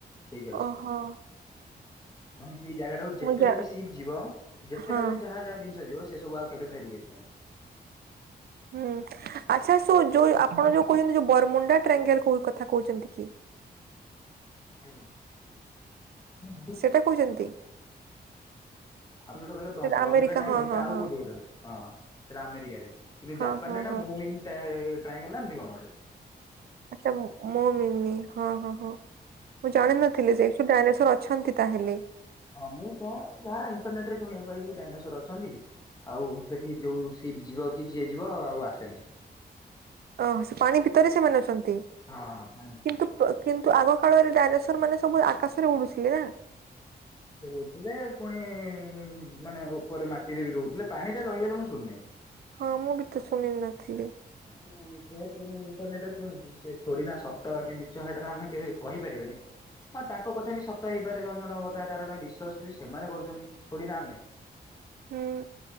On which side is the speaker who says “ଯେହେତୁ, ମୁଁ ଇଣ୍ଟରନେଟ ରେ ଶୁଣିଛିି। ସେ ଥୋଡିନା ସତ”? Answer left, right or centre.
Left